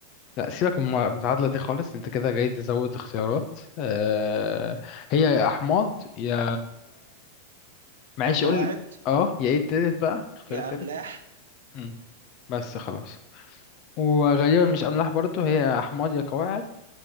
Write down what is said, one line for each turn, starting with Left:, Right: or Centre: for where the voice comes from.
Left: لا سيبك من المتعادلة دي خالص انت كده جاي تزود اختيارات آه هي يا احماض يا معلش
Right: يا قواعد
Left: قول اه يا ايه التالت بقى اختار
Right: يا
Left: التالت
Right: املاح
Left: مم. بس خلاص وغالبا مش املاح برضو هي احماض يا قواعد